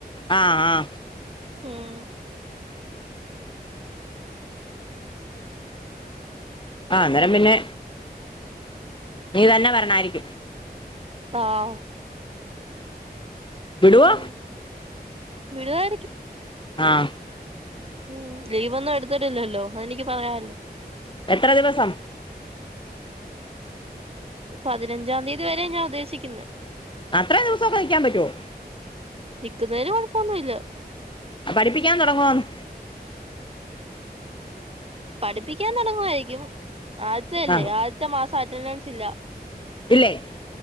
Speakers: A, on the left; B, on the right.
A: ആഹാ ആഹാ
B: ഉം
A: ആ അന്നേരം പിന്നെ നീ തന്നെ വരണായിരിക്കും
B: ആഹാ
A: വിടുവോ
B: ഉം വിടുവായിരിക്കും
A: ആഹാ
B: ഉം ലീവൊന്നും എടുത്തിട്ടില്ലല്ലോ അതെനിക്ക് പറയാലോ
A: എത്ര ദിവസം
B: പതിനഞ്ചാം തീയതി വരെ ഞാൻ ഉദ്ദേശിക്കുന്നെ
A: അത്രയും ദിവസൊക്കെ നിക്കാൻ പറ്റുവോ
B: നിക്കുന്നേന് കൊഴപ്പൊന്നുല്ല
A: പഠപ്പിക്കാൻ തുടങ്ങുവന്ന്
B: പഠിപ്പിക്കാൻ തുടങ്ങുവായിരിക്കും ആതിത്യല്ലേ
A: ആഹ്
B: ആദ്യത്തെ മാസം അറ്റൻഡൻസ് ഇല്ല
A: ഇല്ലേ